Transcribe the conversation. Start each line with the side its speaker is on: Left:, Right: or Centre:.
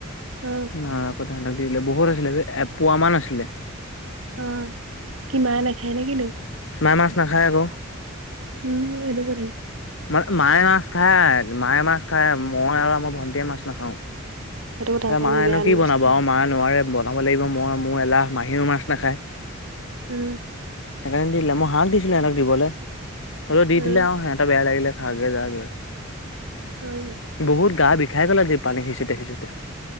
Right: অ
Left: মায়ে আকৌ তাহঁতক দি দিলে বহুত আছিলে বে এপুৱা মান আছিলে।
Right: উম' কি মায়ে নাখায় নে কিনো?
Left: মায়ে মাছ নাখায় আক।
Right: উম সেইটো গতি।
Left: মানে মায়ে মাছ খায়, মায়ে মাছ খায়। মই আৰু আমাৰ ভন্টীয়ে মাছ নাখাওঁ।
Right: সেইটো কথা
Left: এ
Right: আকৌ
Left: মায়েনো
Right: এনেই বেয়া
Left: কি
Right: নষ্ট।
Left: বনাব আৰু মায়ে নোৱাৰে বনাব। বনাব লাগিব মই মোৰ এলাহ মাহীও মাছ নাখায়
Right: উম
Left: সেইকাৰণে দি দিলে মই হাক দিছিলো সিহঁতক দিবলৈ হলেও দি
Right: উম,
Left: দিলে আৰু হেহতৰ বেয়া লাগিলে আগে জা
Right: উম।
Left: <unintelligible> বহুত গা বিষাই গল আৰু যি পানী সিঁচোতে সিঁচোতে